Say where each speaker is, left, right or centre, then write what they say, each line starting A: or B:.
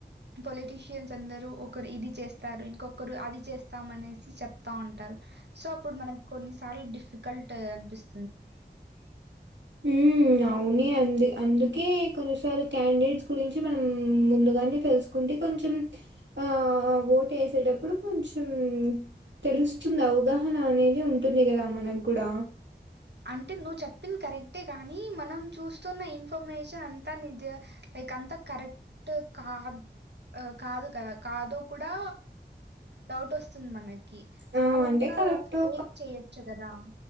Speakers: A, on the right; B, on the right.
A: పొలిటీషియన్స్ అందరూ ఒకరు ఇది చేస్తారు ఇంకొకరు అది చేస్తాము అనేసి చెప్తా ఉంటారు సో అప్పుడు మనక్ కొన్నిసార్లు డిఫికల్ట్ అనిపిస్
B: ఉ అవునే అండి అందుకే కొన్నిసార్లు క్యాండేట్స్ గురించి మనం ముందుగానే అ తెలుసుకుంటే కొంచం ఆ ఓటు వేసేటప్పుడు కొంచం తెలుస్తుంది అవగాహన అనేది ఉంటుంది కదా మనకు కూడా
A: అంటే నువ్వు చెప్పింది కరెక్టే కానీ మనం చూస్తున్న ఇన్ఫర్మేషన్ అంతా ని గెక్ అంత కరెక్ట్ కాదు కాదు కదా కాదో కూడా డౌట్ వస్తుంది మనకి
B: ఆ!
A: వాళ్ళంతా
B: అంటే కరెక్టో
A: ఫేక్ చెయొచ్చు కదా